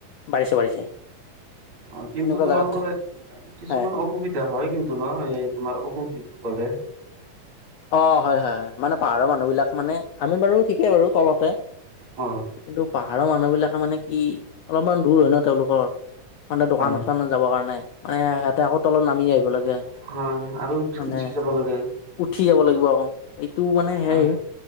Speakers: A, on the left; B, on the right.
A: বাঢ়িছে বাঢ়িছে।
B: অ' কিন্তু
A: এনেকুৱা
B: তোমালোকৰ
A: জাগাত থাকে
B: কিছুমান
A: হয়
B: অসুবিধা হয় কিন্তু ন, এই তোমাৰ অসুবিধা। কি ক'লে?
A: অ' হয় হয় হয়, মানে পাহাৰৰ মানুহ বিলাক মানে। আমি বাৰু ঠিকেই বাৰু তলতে।
B: অ',
A: কিন্তু পাহাৰৰ মানুহ বিলাকে মানে কি, অলপমান দূৰ হয় ন তেওঁলোকৰ। মানে দোকান
B: হয়
A: - চোকানে যাবৰ কাৰণে, মানে সিহঁতে আকৌ তলত নামি আহিব লাগে।
B: হয় আৰু
A: মানে
B: উঠি যাব লাগে।
A: উঠি যাব লাগিব আকৌ, এইটো মানে সেই
B: হয়